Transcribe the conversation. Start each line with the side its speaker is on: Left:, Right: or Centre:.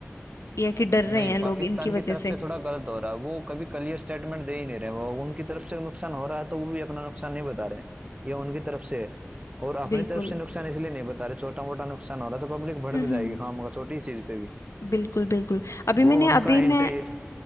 Left: ये है कि डर रहे
Right: नहीं
Left: हैं लोग
Right: पाकिस्तान
Left: इनकी वजह
Right: की तरफ
Left: से
Right: से थोड़ा गलत हो रहा है वो कभी क्लियर स्टेटमेंट दे ही नहीं रहे वो उनकी तरफ से नुकसान हो रहा है तो वो भी अपना नुकसान नहीं बता रहे ये उनकी तरफ से है और अपनी
Left: बिल्कुल
Right: तरफ से नुकसान इसलिए नहीं बता रहे छोटा मोटा नुकसान हो रहा है तो पब्लिक भड़क
Left: हम्म
Right: जाएगी खाम का छोटी चीज पे भी
Left: बिल्कुल बिल्कुल अभी
Right: वो
Left: मैंने
Right: उनका
Left: अभी
Right: एंट्री
Left: मैं